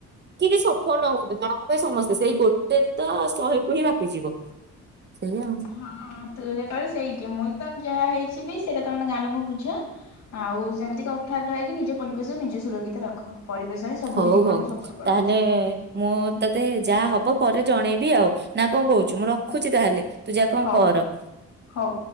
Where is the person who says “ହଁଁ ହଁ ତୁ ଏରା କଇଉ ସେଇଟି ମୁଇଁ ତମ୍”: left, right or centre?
Left